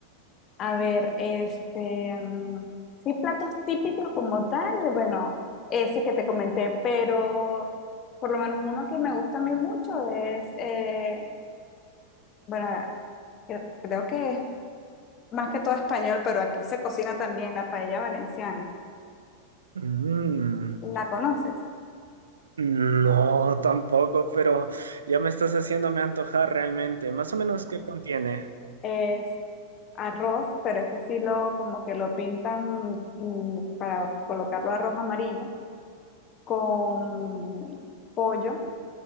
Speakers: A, on the left; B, on the right.
A: A ver, este, mm, sí, platos típicos como tal, bueno, ese que te comenté, pero por lo menos uno que me gusta a mí mucho es, eh, bueno, que creo que es más que todo español, pero aquí se cocina también la paella valenciana.
B: Mm,
A: ¿La conoces?
B: no, tampoco, pero ya me estás haciéndome antojar realmente. Más o menos, ¿qué contiene?
A: Es arroz, pero ese sí lo, como que lo pintan mm, para colocarlo arroz amarillo con pollo.